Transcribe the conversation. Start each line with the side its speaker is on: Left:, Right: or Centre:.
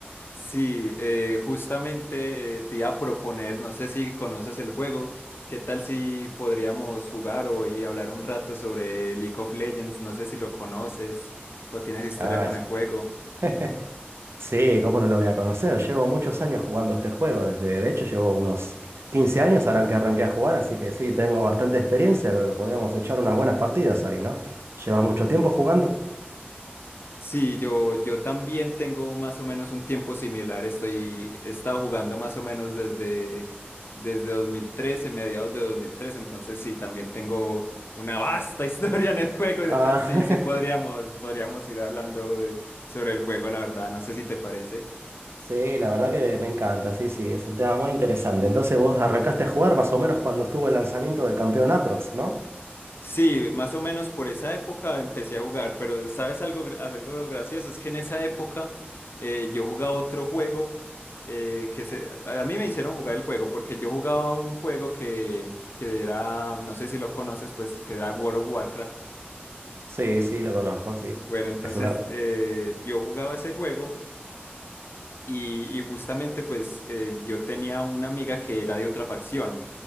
Left: Sí, eh, justamente eh, te iba a proponer, no sé si conoces el juego, ¿qué tal si podríamos jugar hoy y hablar un rato sobre League of Legends? No sé si lo conoces o tienes historia
Right: Ah,
Left: con
Right: es-
Left: el juego.
Right: <laughs> Sí, ¿cómo no lo voy a conocer? Llevo muchos años jugando este juego, desde, de hecho llevo unos 15 años harán que arranqué a jugar, así que sí, tengo bastante experiencia, creo que podríamos echar unas buenas partidas ahí, ¿no? ¿Llevas mucho tiempo jugando?
Left: Sí, yo, yo también tengo más o menos un tiempo similar. Estoy, he estado jugando más o menos desde, desde 2013, mediados de 2013. Entonces, sí, también tengo una vasta <laughs> historia en el juego. Entonces,
Right: Ah,
Left: sí,
Right: <laughs>
Left: sí, podríamos, podríamos ir hablando de, sobre el juego, la verdad. No sé si te parece.
Right: sí, la verdad que me encanta, sí, sí, es un tema muy interesante. Entonces vos arrancaste a jugar más o menos cuando estuvo el lanzamiento del campeón Atrox, ¿no?
Left: Sí, más o menos por esa época empecé a jugar, pero ¿sabes algo, gra- algo gracioso? Es que en esa época eh, yo jugaba otro juego eh, que se, a a mí me hicieron jugar el juego porque yo jugaba un juego que, que era, no sé si lo conoces, pues que era World of Warcraft.
Right: Sí, sí, lo conozco, sí.
Left: Bueno, entonces
Right: Es una...
Left: eh, yo jugaba ese juego y, y justamente pues eh, yo tenía una amiga que era de otra facción.